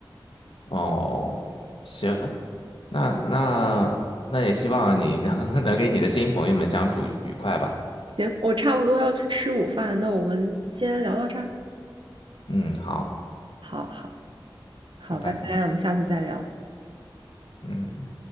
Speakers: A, on the left (about 85°); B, on the right (about 70°).
A: 哦，行，那那那也希望你能 <laughs> 能给你的新朋友们相处愉快吧。
B: 行，我差不多要去吃午饭，那我们先聊到这儿。
A: 嗯，好，
B: 好好好，
A: 拜拜。
B: 拜拜，我们下次再聊。
A: 嗯。